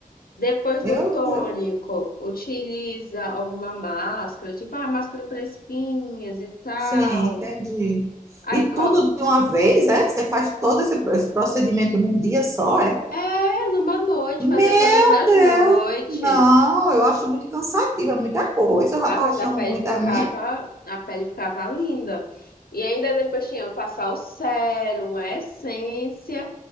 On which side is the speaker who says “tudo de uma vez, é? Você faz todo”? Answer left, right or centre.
Right